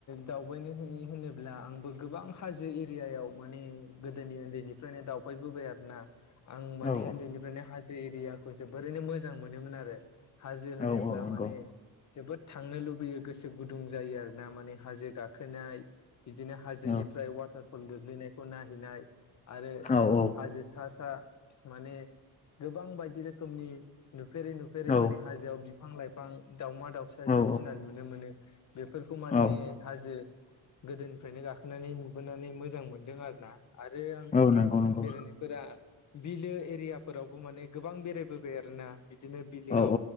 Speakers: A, on the left (about 50°); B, on the left (about 20°).
A: दावबायनो होनोब्ला आंबो गोबां हाजो एरियायाव माने गोदोनि उन्दैनिफ्रायनो दावबायबोबाय आरोना। आं माने
B: औ
A: उन्दैनिफ्रायनो हाजो एरियाखौ जोबोरैनो मोजां मोनोमोन आरो। हाजो होनोब्ला
B: औ औ नंगौ
A: माने जोबोद थांनो लुबैयो गोसो गुदुं जायो आरो ना माने हाजो गाखोनाय बिदिनो हाजोनिफ्राय
B: औ
A: वाटार फल गोग्लैनायखौ नायैनाय आरो
B: औ औ
A: हाजो सा सा माने गोबां बायदि रोखोमनि नुफेरै नुफेरै
B: औ
A: माने हाजोआव बि फां लाइफां दावमा दावसा
B: औ
A: जिब जुनार नुनो मोनो। बेफोरखौ माने
B: औ
A: हाजो गोदोनिफ्रायनो गाखोनानै नुबोनानै मोजां मोनदों आरो ना। आरो आं
B: औ नंगौ नंगौ
A: बेरायनायफोरा बिलो एरियाफोरावबो माने गोबां बेरायबोबाय आरोना बिदिनो बिलोआव
B: औ